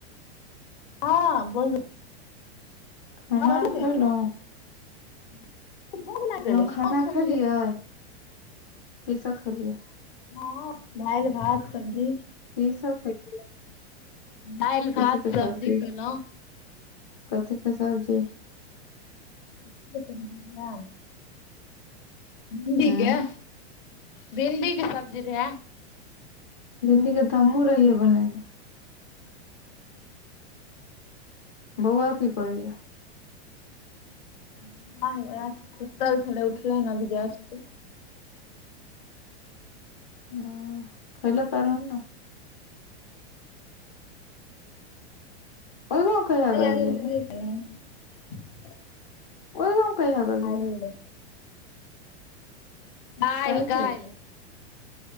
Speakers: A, on the left; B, on the left.
A: हाँ बोलू
B: खाना
A: हँ बोलू
B: आर
A: ने
B: खयलौ
A: <unintelligible>
B: खाना खेलियै की सब खेलियै
A: हँ दाल भात सब्जी
B: की सब खेलियै
A: दालि
B: कथि
A: भात
B: के सब्जी
A: खेलौं
B: कथि के सब्जी
A: <inaudible> भिंडीके
B: हँ
A: भिणडीके सब्जी रहै
B: भिणडी के तऽ हमहुँ रहिै बनेने बौआ की करया
A: <unintelligible> सुतल छलय उठलय हन अभी जस्ट
B: ह खइलअ कारन न। ओहि गाँव
A: <inaudible>
B: कहिया गेलियै या ओहि गाम कैहा गेलिय
A: काल्हि आयल
B: काल्हि
A: कायल